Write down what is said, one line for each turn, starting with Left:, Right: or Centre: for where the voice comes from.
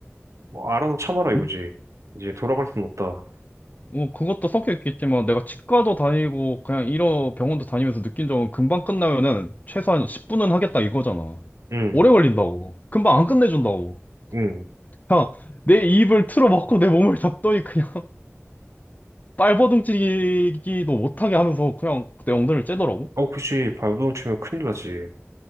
Right: 뭐 알아서 참아라 이거지.
Left: 음,
Right: 이제 돌아갈 순 없다.
Left: 뭐, 그것도 섞여 있겠지만, 내가 치과도 다니고, 그냥 이런 병원도 다니면서 느낀 적은 금방 끝나요는 최소한 10분은 하겠다 이거잖아.
Right: 응,
Left: 오래 걸린다고. 금방 안 끝내준다고.
Right: 응.
Left: 그냥 내 입을 틀어막고 내 몸을 잡더니 그냥 <laughs> 발버둥치기도 못하게 하면서 그냥 내 엉덩이를 째더라고.
Right: 어, 그치. 발버둥 치면 큰일 나지.